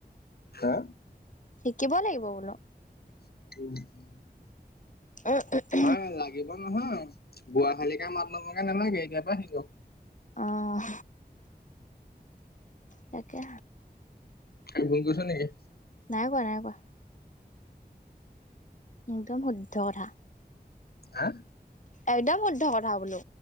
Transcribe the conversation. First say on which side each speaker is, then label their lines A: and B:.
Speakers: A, on the left; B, on the left.
A: হা
B: শিকিব লাগিব বোলো।
A: <unintelligible>
B: <inaudible>
A: হয় লাগিব নহয় বুৱা খালী কে মাত নমকে নালাগে এতিয় পৰা শিকক।
B: অঁ তাকে
A: সেই ভুল কৈছোঁ নেকি?
B: নাই কোৱা নাই কোৱা। একদম শুদ্ধ কথা।
A: হা
B: একদম শুদ্ধ কথা বোলো।